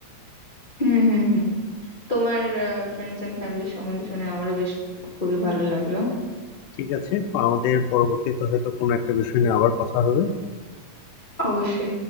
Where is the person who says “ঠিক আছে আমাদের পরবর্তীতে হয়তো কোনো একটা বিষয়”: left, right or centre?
Left